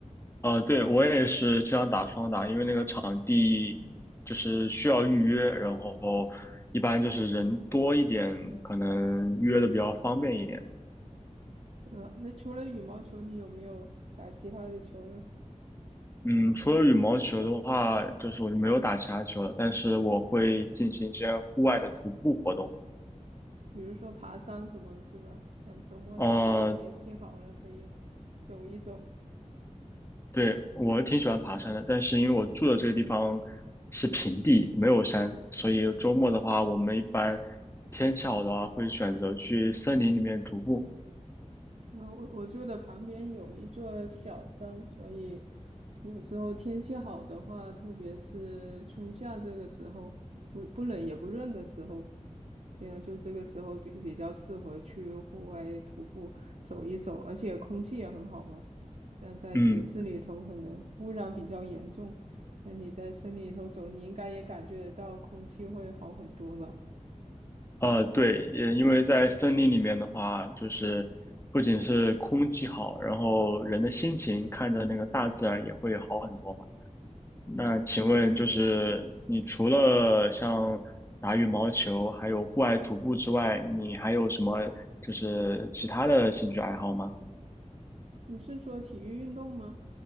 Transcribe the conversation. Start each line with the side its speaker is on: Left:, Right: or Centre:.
Left: 呃，对，我也是经常打双打，因为那个场地就是需要预约，然后一般就是人多一点，可能约的比较方便一点。
Right: 对吧？那除了羽毛球，你有没有打其他的球呢？
Left: 嗯，除了羽毛球的话，就是我就没有打其他球了，但是我会进行一些户外的徒步活动。
Right: 比如说爬山什么的，是吧？像周末这个天气好了，
Left: 呃
Right: 可以走一走。
Left: 对，我挺喜欢爬山的，但是因为我住的这个地方是平地，没有山，所以周末的话，我们一般天气好的话，会选择去森林里面徒步。
Right: 呃，我我住的旁边有一座小山，所以有时候天气好的话，特别是春夏这个时候，不不冷也不热的时候，现在就这个时候比比较适合去户外徒步走一走，而且空气也很好嘛。但在城市里头可能污染比较严重，
Left: 嗯，
Right: 那你在森林里头走，你应该也感觉得到空气会好很多吧？
Left: 呃，对，也因为在森林里面的话，就是不仅是空气好，然后人的心情看着那个大自然也会好很多嘛。那请问，就是你除了像打羽毛球，还有户外徒步之外，你还有什么就是其他的兴趣爱好吗？
Right: 你是说体育运动吗？